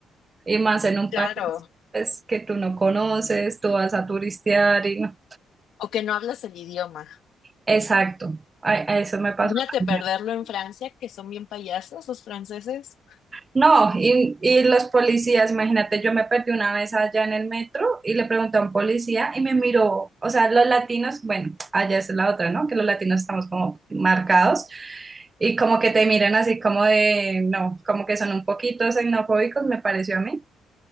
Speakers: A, on the right; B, on the left.
A: Y más en un
B: Claro,
A: país pues, que tú no conoces, tú vas a turistear y no.
B: o que no hablas el idioma.
A: Exacto, a, a eso me pasó
B: Imagínate
A: también.
B: perderlo en Francia, que son bien payasos los franceses.
A: No, y, y los policías, imagínate, yo me perdí una vez allá en el metro y le pregunté a un policía y me miró, o sea, los latinos, bueno, allá es la otra, ¿no? Que los latinos estamos como marcados y como que te miran así como de, no, como que son un poquito xenofóbicos, me pareció a mí.